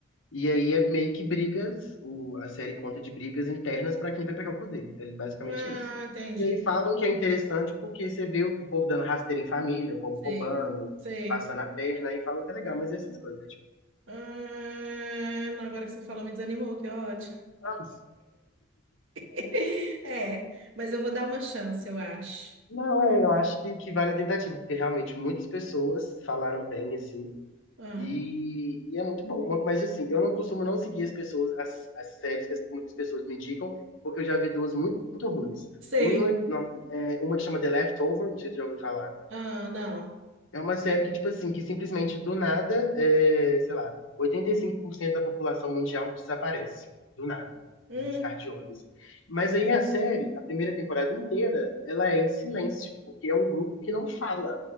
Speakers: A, on the left; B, on the right.
A: E aí é meio que brigas, o, a série conta de brigas internas pra quem vai pegar o poder. É basicamente
B: Ah,
A: isso.
B: entendi.
A: E aí falam que é interessante porque você vê o povo dando rasteira em família, o povo
B: Sei.
A: roubando,
B: Sei.
A: passando a perna, aí falam que é legal, mas essas coisas, né?
B: Ah, não, agora que você falou, me desanimou, que ódio.
A: Tipo,
B: <laughs> É, mas eu vou dar uma chance, eu acho.
A: Não, é, eu acho que, que vale a tentativa, porque realmente muitas pessoas falaram bem, assim,
B: Ah,
A: e, e é muito bom. Mas, assim, eu não costumo não seguir as pessoas, as, as séries que as- muitas pessoas me indicam, porque eu já vi duas muito, muito ruins.
B: sei.
A: Uma, não, é, uma que chama The Leftover, não sei se você já ouviu falar.
B: Ah, não.
A: É uma série que, tipo assim, que simplesmente do nada, é, sei lá, 85% da população mundial desaparece. Do nada,
B: Hum,
A: no piscar de olhos. Mas aí a série, a primeira temporada inteira, ela é em silêncio, porque é um grupo que não fala.